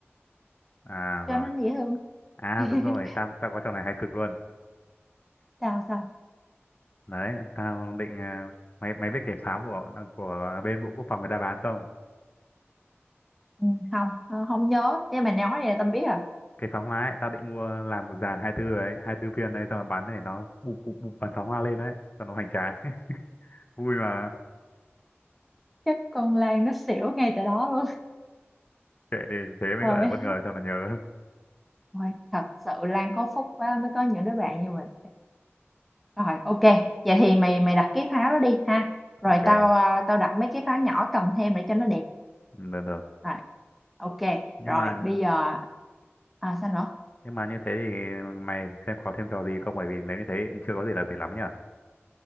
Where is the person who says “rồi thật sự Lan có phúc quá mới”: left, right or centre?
Centre